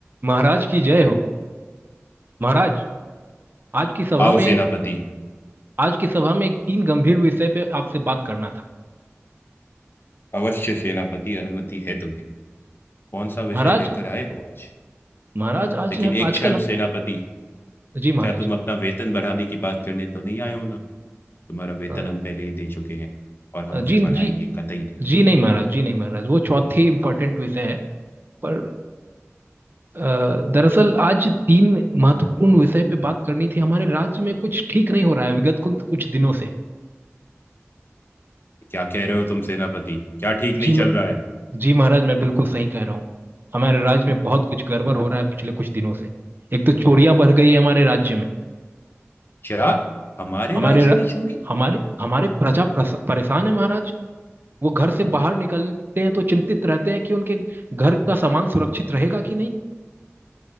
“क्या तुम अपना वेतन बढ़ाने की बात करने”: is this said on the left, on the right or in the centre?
Left